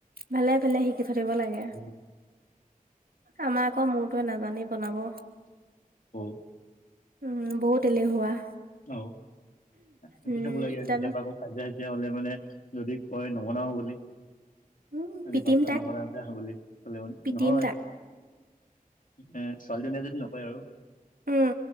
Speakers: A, on the right; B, on the left.
A: ভালেই, ভালেই শিকি থৈ দিব লাগে।
B: উম।
A: আমাৰ আকৌ মোৰতোয়ে নাজানেই বনাব।
B: ও'।
A: উম, বহুত এলেহুৱা।
B: অ' শিকি
A: উম
B: থ'ব লাগে আৰু,
A: জানো
B: কেতিয়াবা আকৌ কাজিয়া চাজিয়া হ'লে মানে যদি কয় নবনাওঁ বুলি।
A: উম
B: আজি
A: পিটিম
B: ভাত তাত
A: তাক
B: নবনাও যা বুলি ক'লে মানে,
A: পিটিম
B: নহয়
A: তাক
B: এ ছোৱালীজনীয়ে যদি নকয় আৰু।
A: উম